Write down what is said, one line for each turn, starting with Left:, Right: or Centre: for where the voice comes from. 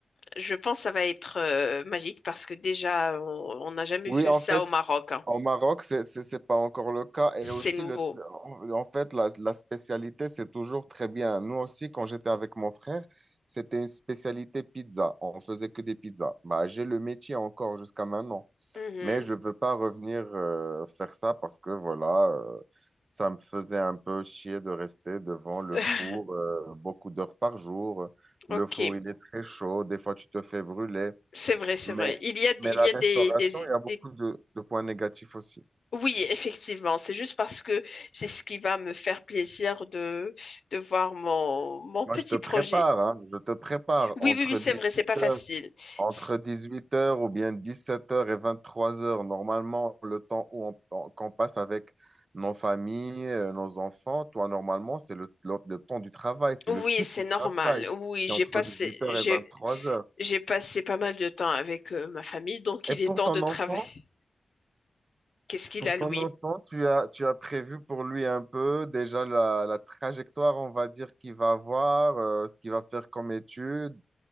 Left: je pense que ça va être euh, magique parce que déjà, on on n'a jamais
Right: Oui,
Left: vu
Right: en
Left: ça
Right: fait,
Left: au Maroc. hein.
Right: au Maroc, c'est, c'est, c'est pas encore le cas. Et
Left: C'est
Right: aussi,
Left: nouveau.
Right: le, en en fait, la, la spécialité, c'est toujours très bien. Nous aussi, quand j'étais avec mon frère, c'était une spécialité pizza. On faisait que des pizzas. Bah, j'ai le métier encore jusqu'à maintenant.
Left: Mhm.
Right: Mais je veux pas revenir euh, faire ça parce que, voilà, euh, ça me faisait un peu chier de rester devant le
Left: <laughs>
Right: four euh, beaucoup d'heures par jour. Le
Left: Ok,
Right: four, il est très chaud. Des fois, tu te fais brûler.
Left: c'est vrai, c'est
Right: Mais,
Left: vrai. Il y a, il
Right: mais la
Left: y a des,
Right: restauration,
Left: des-
Right: il y a beaucoup
Left: des-
Right: de, de points négatifs aussi.
Left: Oui, effectivement, c'est juste parce que c'est ce qui va me faire plaisir de, de voir mon, mon
Right: Moi,
Left: petit
Right: je te prépare,
Left: projet.
Right: hein, je te prépare
Left: Oui,
Right: entre
Left: oui, oui, c'est
Right: dix-huit
Left: vrai, c'est pas facile.
Right: heures entre
Left: C-
Right: dix-huit heures ou bien dix-sept heures et vingt-trois heures Normalement, le temps où on- on- qu'on passe avec nos familles, euh, nos enfants, toi, normalement, c'est le, le- le temps du travail, c'est
Left: Oui,
Right: le pic
Left: c'est
Right: du
Left: normal.
Right: travail.
Left: Oui, j'ai
Right: C'est entre
Left: passé,
Right: dix-huit heures
Left: j'ai,
Right: et vingt-trois heures
Left: j'ai passé pas mal de temps avec euh, ma famille, donc
Right: Et
Left: il
Right: pour
Left: est temps
Right: ton
Left: de travailler.
Right: enfant,
Left: Qu'est-ce qu'il
Right: Pour
Left: a,
Right: ton
Left: lui?
Right: enfant, tu as, tu as prévu pour lui un peu déjà la, la trajectoire, on va dire, qu'il va avoir, euh, ce qu'il va faire comme étude.